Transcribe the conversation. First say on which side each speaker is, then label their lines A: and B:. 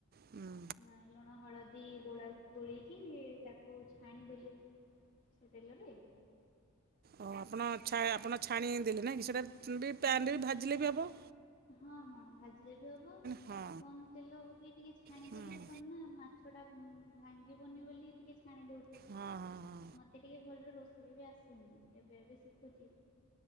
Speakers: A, on the right; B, on the left.
A: ହୁଁ
B: ନାଁ ଲୁଣ ହଳଦୀ ଦି ଗୋଳା ଗୋଳେଇକି ତାକୁ ଛାଣି ଦେଲି ସେଇ ତେଲ ରେ।
A: ଓ ଆପଣ ଛା ଆପଣ ଛାଣି ଦେଲେ ନାଁ କି ସେଟା ପ୍ୟାନରେ ବି ଭାଜିଲେ ବି ହବ।
B: ହଁ ହଁ ଭାଜିଲେ ବି ହବ
A: ହଁ
B: କମ ତେଲ ପକେଇ ଟିକେ ଛାଣିଦେଲେ
A: ହୁଁ ହଁ
B: କଣ ନା ମାଛ ଟା ହୁଁ ଭାଙ୍ଗିବନି ବୋଲି ଟିକେ ଛାଣି ଦଉଛୁ
A: ହଁ ହଁ
B: ମତେ ଟିକେ ଭଲରେ ରୋଷେଇ ସିଏ ବି ଆସୁନି ଏବେ ଏବେ ଶିଖୁଛି।